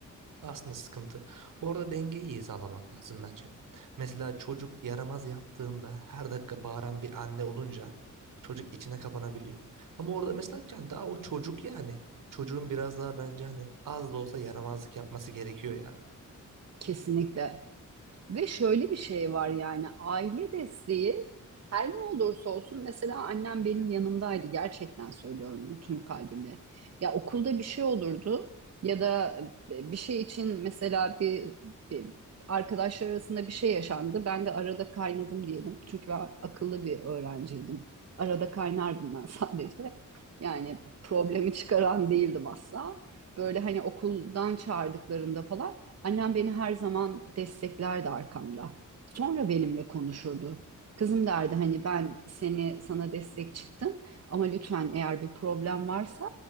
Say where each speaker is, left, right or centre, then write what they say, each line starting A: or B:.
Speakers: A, on the right; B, on the right.
A: aslında sıkıntı. Orada dengeyi iyi sağlamak lazım bence. Mesela çocuk yaramaz yaptığında her dakika bağıran bir anne olunca çocuk içine kapanabiliyor. Ama orada mesela yani daha o çocuk yani. Çocuğun biraz daha bence hani az da olsa yaramazlık yapması gerekiyor ya.
B: Kesinlikle. Ve şöyle bir şey var yani aile desteği her ne olursa olsun mesela annem benim yanımdaydı gerçekten söylüyorum bunu tüm kalbimle. Ya okulda bir şey olurdu ya da e, bir şey için mesela bir, bir arkadaşlar arasında bir şey yaşandı. Ben de arada kaynadım diyelim. Çünkü ben akıllı bir öğrenciydim. Arada kaynardım ben <laughs> sadece. Yani problemi çıkaran değildim asla. Böyle hani okuldan çağırdıklarında falan Annem beni her zaman desteklerdi arkamda. Sonra benimle konuşurdu. Kızım derdi hani ben seni sana destek çıktım ama lütfen eğer bir problem varsa